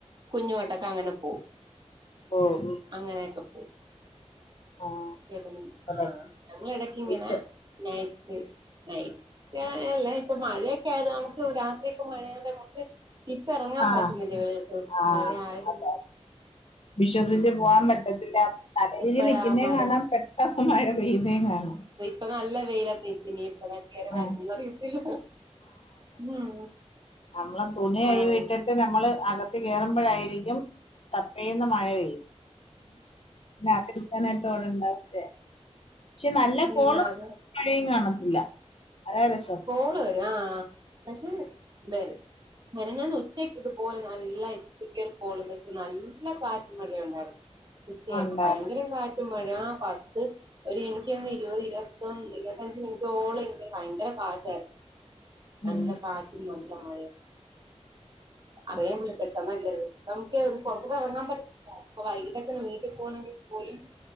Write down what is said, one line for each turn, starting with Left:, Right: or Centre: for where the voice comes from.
Right: കുഞ്ഞുവാട്ടൊക്കെ അങ്ങനെ പോം
Left: ഓ ഉം
Right: അങ്ങനെയക്കെ പോം
Left: ആഹ്
Right: ചേട്ടനും
Left: അതെ
Right: ആഹ് ഞങ്ങളെടക്കിങ്ങനെ
Left: ബീച്ച്
Right: നൈറ്റ്‌ നൈറ്റാ ഇല്ല ഇപ്പൊ മഴയൊക്കെ ആയത് നമുക്ക് രാത്രിയൊക്കെ മഴയാണ്ട് നമ്മക്ക് ഇപ്പം എറങ്ങാൻ
Left: ആഹ്
Right: പറ്റുന്നില്ല വെളിലോട്ട്
Left: ആഹ്
Right: മഴയായത്കൊണ്ട്
Left: അതെ വിശ്വസിച്ച് പോകാൻ പറ്റത്തില്ല നല്ല
Right: എപ്പഴാ
Left: രീതിൽ നിൽക്കുന്നേം
Right: മഴ
Left: കാണാം പെട്ടെന്ന് മഴ പെയ്യുന്നേം കാണാം
Right: ഇപ്പ നല്ല വെയിലത്ത് നിക്കിനി എപ്പഴാ കേറി വരുന്നെന്നറിയത്തില്ല
Left: ആ
Right: ഉം
Left: ഞമ്മളെ തുണികഴുവിയിട്ട്
Right: ആഹ്
Left: ന്ന്ട്ട് ഞമ്മള് അകത്ത് കേറുമ്പോഴായിരിക്കും ഠപ്പേന്ന് മഴ പെയ്യും ന്നതെടുക്കാനായിട്ട് ഓടൺണ്ടാവുംല്ലെ ക്ഷെ നല്ല കോളും
Right: ഉം അതെ
Left: മഴയും കാണത്തില്ല അതാ രസം
Right: കോള് വെരും ആഹ് പഷെ വെരും മെനഞ്ഞാന്ന് ഉച്ചയ്ക്ക് ഇതുപോലെ നല്ല ഇരുട്ടിക്കലും കോളും വെച്ച് നല്ല കാറ്റുംമഴേം ഒണ്ടായിരുന്നു ഉച്ചയായപ്പോ
Left: ഉണ്ടായിരുന്നു
Right: ഭയങ്കര കാറ്റ് റ്റുംമഴ ആഹ് പത്ത് ഒരു എനിക്കോന്ന് ഇരുപത് ഇരുപത്തൊന്ന് ഇരുപത്തഞ്ച് മിനിറ്റോളം ഇങ്ങനെ ഭയങ്കര കാറ്റാരുന്ന്
Left: ഉം
Right: നല്ല കാറ്റും നല്ല മഴേം അറിയാൻ വയ്യ പെട്ടെന്നല്ലെത് നമു‌ക്കെ ഒന്ന് പൊറത്തോട്ടിറങ്ങാൻ പറ്റത്തിൽ റ്റാ വൈകിട്ടക്കൊന്ന് വീട്ടി പോണെങ്കി പോലും